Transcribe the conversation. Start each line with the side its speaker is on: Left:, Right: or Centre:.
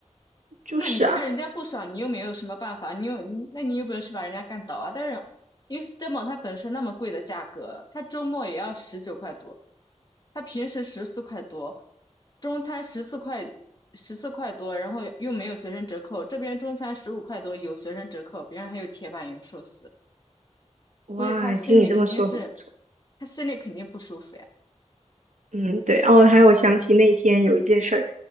Right: <laughs> 就是啊，
Left: 那你看人家不爽，你又没有什么办法，你有，你那你有本事把人家干倒啊？但是因为 Stemo 它本身那么贵的价格，它周末也要十九块多，它平时十四块多，中餐十四块十四块多，然后又没有学生折扣，这边中餐十五块多有学生折扣，别人还有铁板油寿司，
Right: 哇，
Left: 估计他心里肯定是，
Right: 听你这么说，很不错。
Left: 他心里肯定不舒服呀。
Right: 嗯，对，哦，还有我想起那一天有一件事儿，